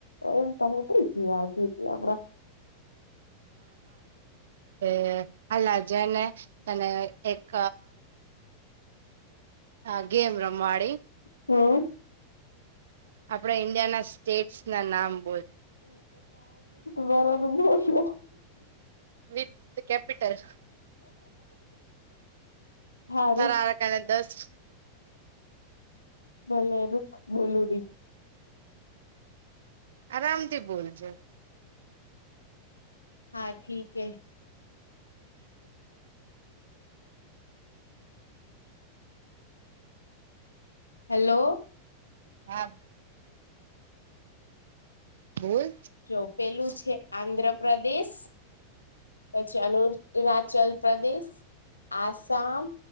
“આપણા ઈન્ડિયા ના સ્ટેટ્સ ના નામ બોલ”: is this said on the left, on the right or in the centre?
Right